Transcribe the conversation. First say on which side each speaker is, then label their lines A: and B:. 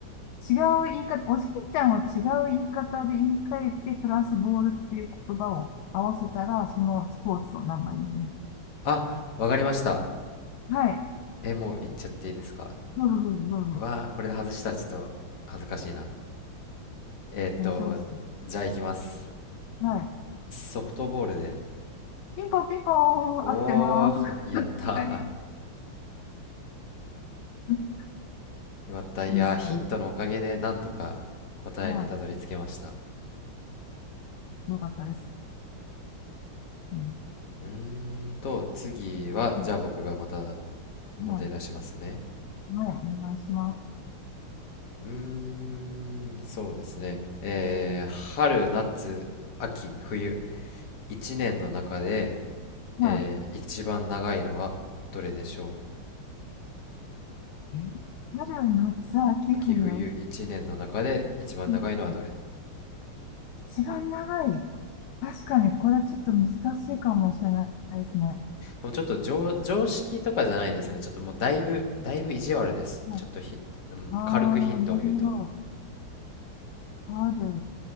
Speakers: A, on the left (about 80°); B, on the left (about 55°).
A: 違う言い方、おじいちゃんを違う言い方で言い換えて、プラスボールっていう言葉を合わせたら、そのスポーツの名前になります。
B: あわかりました
A: はい。
B: えもう言っちゃっていいですか
A: どうぞどうぞどうぞ。
B: うわあこれで外したらちょっと恥ずかしいなえーっとじゃあ行きます
A: 大丈夫ですかはい。
B: ソフトボールで
A: ピンポンピンポン、
B: おお
A: 合ってます。
B: <laughs> やった
A: <laughs> 二人うん、
B: ーよかったいやーヒントのおかげでなんとか答えにたどり着けました
A: そんな感じ。はい。よかったです。うん。
B: うーんと、次は、
A: うん。
B: じゃあ僕がまた問題出しますね。
A: はい。はい。お願いします。
B: うーん、そうですね。えー、春、夏、秋、冬、一年の中で、
A: は
B: えー、一番長いのはどれでしょ
A: い。え春、夏、秋、
B: う秋、
A: 冬。
B: 冬、一年の中で一番長いのはどれ
A: うん一番長い。確かに、これちょっと難しいかもしれないですね。
B: もうちょっと常、常識とかじゃないですね。ちょっともうだいぶ、だいぶ意地悪です。
A: はい
B: ちょっとひ、うん、
A: あ
B: 軽くヒントを言うと。
A: あー、なるほど。ある、